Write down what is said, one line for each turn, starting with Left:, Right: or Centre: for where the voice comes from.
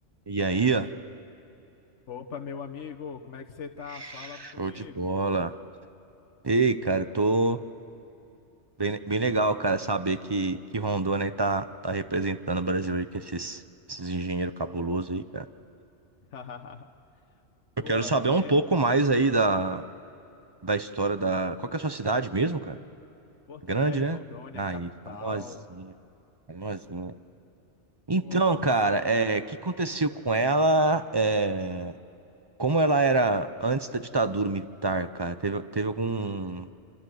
Right: E aí, ó,
Left: Opa, meu amigo, como é que você tá?
Right: show
Left: Fala comigo.
Right: de bola. Ei, cara, eu tô bem, bem legal, cara, saber que, que Rondônia aí tá, tá representando o Brasil aí com esses, esses engenheiros cabulosos aí, cara.
Left: <laughs>
Right: Eu
Left: Pô,
Right: quero
Left: aqui
Right: saber um
Left: é
Right: pouco mais aí da, da história da. Qual que é a sua cidade mesmo, cara?
Left: Porto
Right: Grande,
Left: Velho,
Right: né?
Left: Rondônia,
Right: Aí,
Left: capital.
Right: famosinha, famosinha. Então,
Left: Pô, tipo
Right: cara,
Left: assim,
Right: é, o que aconteceu com ela? É, como ela era antes da ditadura militar, cara? Teve, teve algum